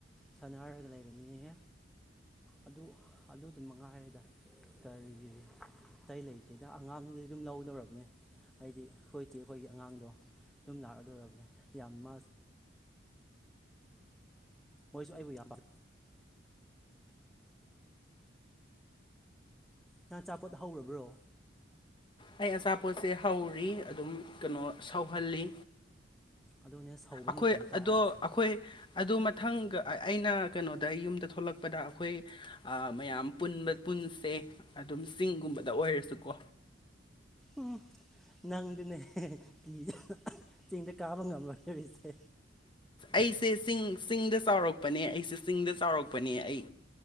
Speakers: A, in the centre; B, on the left (about 25°).
A: ꯁꯥꯟꯅꯔꯒ ꯂꯩꯔꯅꯤꯌꯦ ꯑꯗꯨ ꯑꯗꯨꯗ ꯃꯉꯥꯏꯔꯦꯗ ꯀꯔꯤ ꯑꯇꯩ ꯂꯩꯇꯦꯗ ꯑꯉꯥꯡꯗꯤ ꯑꯗꯨꯝ ꯂꯧ ꯂꯧꯔꯕꯅꯤ ꯍꯥꯏꯗꯤ ꯑꯩꯈꯣꯏ ꯏꯆꯦꯒꯤ ꯑꯉꯥꯡꯗꯣ ꯌꯨꯝ ꯂꯥꯛꯑꯗꯧꯔꯕꯅꯤ ꯌꯥꯝ ꯃꯥ ꯃꯣꯏꯁꯨ ꯑꯩꯕꯨ ꯌꯥꯕ ꯅꯪ ꯑꯆꯥꯄꯣꯠ ꯍꯧꯔꯕ꯭ꯔꯣ
B: ꯑꯩ ꯑꯆꯥꯄꯣꯠꯁꯦ ꯍꯧꯔꯤ ꯑꯗꯨꯝ ꯀꯩꯅꯣ ꯁꯧꯍꯜꯂꯤ
A: ꯑꯗꯨꯅꯦ ꯁꯧꯕ
B: ꯑꯩꯈꯣꯏ
A: ꯃꯈꯣꯟ ꯇꯥꯏ
B: ꯑꯗꯣ
A: ꯍꯥꯏꯁꯦ
B: ꯑꯩꯈꯣꯏ ꯑꯗꯣ ꯃꯊꯪꯒ ꯑꯩꯅ ꯀꯩꯅꯣꯗ ꯌꯨꯝꯗ ꯊꯣꯛꯂꯛꯄ ꯆꯛꯄꯗ ꯑꯩꯈꯣꯏ ꯃꯌꯥꯝ ꯄꯨꯟꯕ ꯄꯨꯟꯁꯦ ꯑꯗꯨꯝ ꯆꯤꯡꯒꯨꯝꯕꯗ ꯑꯣꯏꯔꯁꯨꯀꯣ
A: ꯎꯝ ꯅꯪꯗꯨꯅꯦ ꯀꯤ ꯆꯤꯡꯗ ꯀꯥꯕ ꯉꯝꯂꯣꯏꯗꯔꯤꯁꯦ
B: ꯑꯩꯁꯦ ꯆꯤꯡ ꯆꯤꯡꯗ ꯆꯥꯎꯔꯛꯄꯅꯦ ꯑꯩꯁꯦ ꯆꯤꯡꯗ ꯆꯥꯎꯔꯛꯄꯅꯦ ꯑꯩ